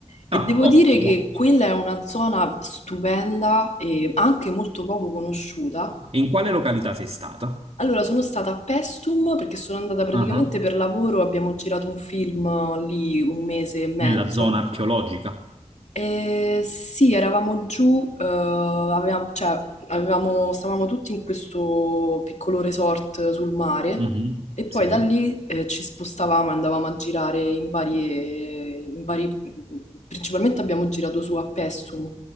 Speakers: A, on the left; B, on the right.
A: e
B: Ah,
A: devo
B: ottimo.
A: dire che
B: ottimo.
A: quella è una zona stupenda e anche molto poco conosciuta.
B: E in quale località sei stata?
A: Allora, sono stata a Pestum perché sono andata praticamente
B: Ah,
A: per lavoro, abbiamo girato un film lì un mese e mezzo
B: Nella zona archeologica?
A: eh, sì, eravamo giù, eh, avevamo, cioè, avevamo- stavamo tutti in questo piccolo resort sul mare
B: Mhm,
A: e poi
B: Sì.
A: da lì eh, ci spostavamo e andavamo a girare in varie, in vari- principalmente abbiamo girato su a Pestum